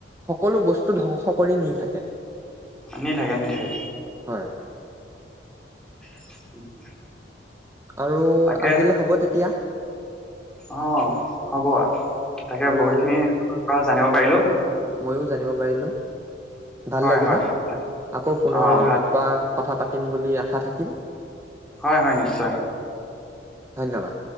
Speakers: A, on the right; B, in the centre.
A: সকলো বস্তু ধ্বংস কৰি নি থাকে।
B: নি থাকে, নি থাকে।
A: হয়।
B: <inaudible>
A: আৰু
B: তাকে
A: আজিলে হ'ব তেতিয়া।
B: অ' হ'ব তাকে
A: আৰু
B: বহুতখিনি পৰা জানিব পাৰিলোঁ।
A: ময়ও জানিব পাৰিলোঁ, ভাল
B: হয়
A: লাগিলে
B: হয় তাক
A: আকৌ পুনৰ
B: অ ভাল
A: এনেকুৱা কথা পাতিম বুলি আশা থাকিল।
B: হয় হয়, নিশ্চয়।
A: ধন্যবাদ।